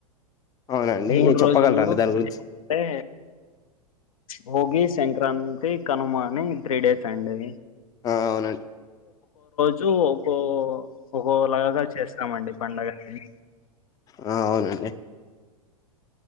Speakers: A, on the left; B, on the left.
A: అవునండి
B: మూడు
A: చెప్పగలరా
B: రోజుల్లో
A: అండి దాని గురించి
B: అంటే భోగి, సంక్రాంత్ తి, కనుమా అని త్రీ డేస్ అండి.
A: ఆ అవునండి.
B: జూ ఒకో ఒకో లగగా చేస్తామండి పండగని.
A: ఆ అవునండి.